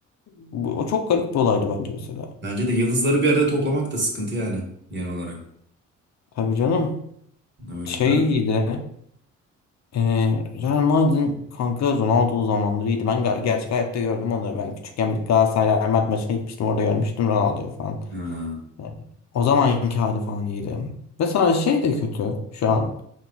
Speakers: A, on the left; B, on the right.
A: Bu, o çok garip bir olaydı bence mesela.
B: Bence de yıldızları bir arada toplamak da sıkıntı yani genel olarak.
A: Tabii canım.
B: Öyle.
A: Şey
B: değil mi?
A: de e, Real Madrid'in kanka Ronaldo zamanları iyiydi. Ben ger- gerçek hayatta gördüm onları. Ben küçükken bir Galatasaray Real Madrid maçına gitmiştim. Orada görmüştüm Ronaldo'yu falan.
B: Ha.
A: Yani O zamanki hali falan iyiydi. Mesela şey de kötü şu an.